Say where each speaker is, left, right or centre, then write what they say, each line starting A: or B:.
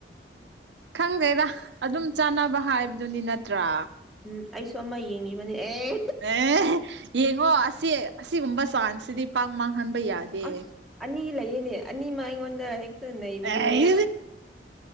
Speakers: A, on the right; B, in the centre.
A: ꯈꯪꯗꯦꯗ ꯑꯗꯨꯝ ꯆꯥꯅꯕ ꯍꯥꯏꯕꯗꯨꯅꯤ ꯅꯠꯇ꯭ꯔꯥ
B: ꯎꯝ ꯑꯩꯁꯨ ꯑꯃ ꯌꯦꯡꯉꯤꯕꯅꯤ ꯑꯦ
A: ꯑꯦ ꯌꯦꯡꯉꯣ ꯑꯁꯤ ꯑꯁꯤꯒꯨꯝꯕ ꯆꯥꯟꯁꯁꯤꯗꯤ ꯄꯥꯛ ꯃꯥꯡꯍꯟꯕ ꯌꯥꯗꯦ
B: ꯑꯁ ꯑꯅꯤ ꯂꯩꯌꯦꯅꯦ ꯑꯅꯤꯃ ꯑꯩꯉꯣꯟꯗ ꯍꯦꯛꯇ ꯅꯩꯕꯅꯤꯅꯦ
A: ꯑꯩ